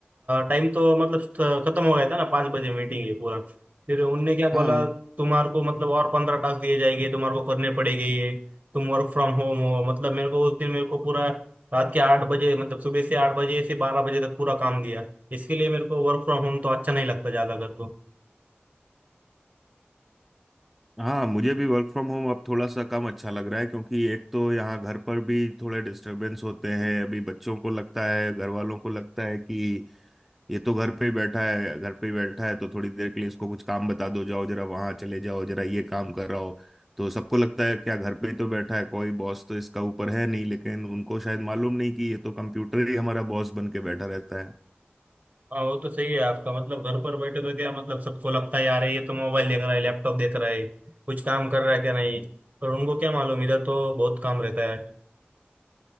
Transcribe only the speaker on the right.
टाइम तो मतलब थ- खत्म हो गया था ना पाँच बजे मीटिंग ये पूरा फिर उनने क्या बोला
तुम्हारे को मतलब और पंद्रह टास्क दिए जाएंगे तुम्हारे को करने पड़ेंगे ये तुम वर्क फ्रॉम होम हो मतलब मेरे को उस दिन मेरे को पूरा रात के आठ बजे मतलब सुबह से आठ बजे से बारह बजे तक पूरा काम दिया इसके लिए मेरे को वर्क फ्रॉम होम तो अच्छा नहीं लगता ज्यादा कर
हाँ वो तो सही है आपका मतलब घर पर बैठे तो क्या मतलब सबको लगता है यार ये तो मोबाइल देख रहा है लैपटॉप देख रहा है कुछ काम कर रहा है क्या नहीं पर उनको क्या मालूम इधर तो बहुत काम रहता है